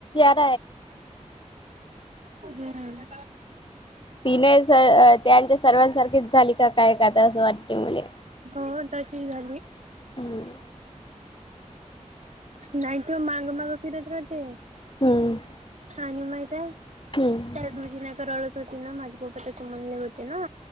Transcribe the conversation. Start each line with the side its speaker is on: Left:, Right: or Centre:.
Left: <unintelligible>
Right: हम्म
Left: त्यांच्या सर्वांसारखीच झाली का काय का आता असं वाटते मले.
Right: हो तशी झाली.
Left: हम्.
Right: नाही त मांग माग फिरत राते.
Left: हम्म.
Right: आणि माहीत आहे,
Left: हम्म
Right: त्या दिवशी नाय का तर रडत होती ना माझे पप्पा तसे म्हणले होते ना.